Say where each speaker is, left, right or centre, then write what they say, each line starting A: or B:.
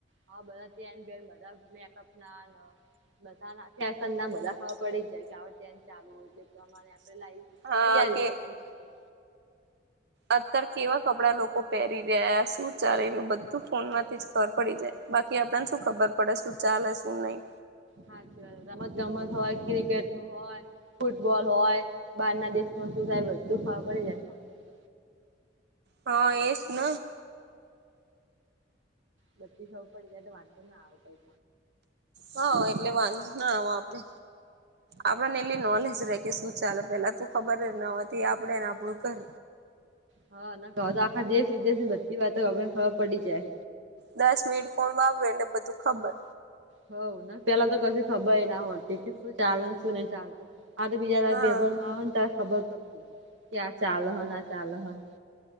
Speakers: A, on the right; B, on the right.
A: હા બધા તન બેન બધા મેકઅપ ના બધા નાસ ના બધા ખાવા પડી જાય કે આવડ ચાલુ એટલે પ્રમાણે આપણે લાવ
B: હા
A: તૈયારી
B: કે
A: બી કરીરીજ
B: અત્યારે કેવા કપડા લોકો પહેરી રહ્યા શું ચાલી રહ્યું બધું ફોનમાંથી જ ખર પડી જાય. બાકી આપેને શું ખબર પડે શું ચાલે શું નહી.
A: હાચ વાત રમત ગમત હોય ક્રિકેટ નું હોય. ફૂટબોલ હોય બહાર ના દેશમાં શું થાય બધું ખ કરી જાય. ફોનમાં
B: હા એસ ન
A: બતીી સૌ પડી ગ દવા ના કઈ
B: હા એટલે વાંધો ના આપડે આપણને એટલી નોલેજ ર કે શું ચાલે પેલા તું ખબર જ ન હોતી આપડે ને આપણું ઘર
A: હા ના કહો તો આખા દેશ વિદેશ ની બધી વાતો આપને ખબર પડી જાય.
B: દસ મિનિટ ફોન વાપરો એટલે બધું ખબર
A: હ ના પેલા તો કશ ખબર ના હોતી કે શું ચાલે શું નહી ચાલતું. હા તો બીજા તારે
B: હા
A: પેપરમાં આવે ને તારે ખબર પડતી કે આ ચાલો હન આ ચાલો હન